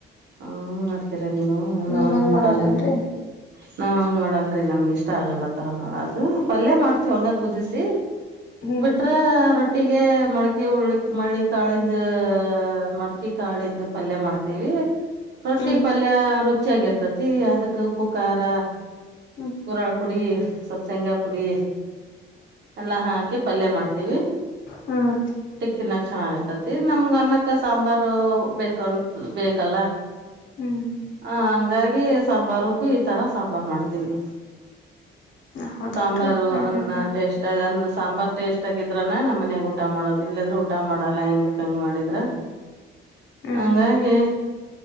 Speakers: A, on the right; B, on the left.
A: ಹಂಗ್ ಮಾಡ್ತೀರ ನೀವು ನಾ
B: ನೀವ್
A: ಹಂಗ್ ಮಾಡಲ್ರಿ
B: ಮಾಡಲ್ಲನ್ರಿ
A: ನಾವ್ ಹಂಗ ಮಾಡಲ್ರರಿ ನಮ್ಗ ಇಷ್ಟ ಆಗಲ್ಲತರ ಮಾಡದು ಪಲ್ಯ ಮಾಡ್ತಿವ ಹಂಗ ಕುದಿಸಿ
B: ಹ್ಮ್
A: ಬಿಟ್ರೆ ರೊಟ್ಟ ಹಾಗಗೆ ಮಡಕೆ ಉಳ್ಳಿ ಮಳ್ಳಿ ಕಾಳಿಂದ ಮಡ್ಕೆ ಕಾಳಿಂದ ಪಲ್ಯ ಮಾಡ್ತೇವಿ ರೊಟ್ಟಿ
B: ಹ್ಮ್
A: ಪಲ್ಯ ರುಚಿಯಾಗಿರ್ತತಿ ಅದಕ್ ಉಪು ಖಾರ
B: ಹ್ಮ್
A: ಕುರಳ ಪುಡಿ ಸ್ವಲ್ಪ ಶೇಂಗಾ ಪುಡಿ ಎಲ್ಲಾ ಹಾಕಿ ಪಲ್ಯ ಮಾಡ್ತೀವಿ
B: ಹ್ಮ್
A: ತಿನ್ನಾಕ್ ಚೆನ್ನಾಗಾಗಿರ್ತತಿ ನಮ್ಗ ಅನ್ನಕ್ಕ ಸಾಂಬಾರು ಬೇಕಂತ ಬೇಕಲ್ಲ
B: ಹ್ಮ್
A: ಹ ಹಂಗಾಗಿ ಸಾಂಬಾರಗು ಈ ತರ ಸಾಂಬಾರ ಮಾಡ್ತೀನಿ
B: ಹ ಹೌದೇನ್ರಿ
A: ಸಾಂಬಾರು
B: ಹಾ
A: ಅನ್ನ
B: ಹಾ ಹಾ
A: ಟೇಸ್ಟ್ ಆ ಅನ್ನ ಸಾಂಬಾರ್ ಟೇಸ್ಟ್ ಆಗಿದ್ರಾನ ನಮ್ಮ ಮನ್ಯಾಗ ಊಟ ಮಾಡೋದು ಇಲ್ಲದ್ರೆ ಊಟ ಮಾಡಲ್ಲ ಹೆಂಗ ಬೇಕಕ್ ಹಂಗ ಮಾಡಿದ್ರ
B: ಹ್ಮ್
A: ಹಂಗಾಗಿ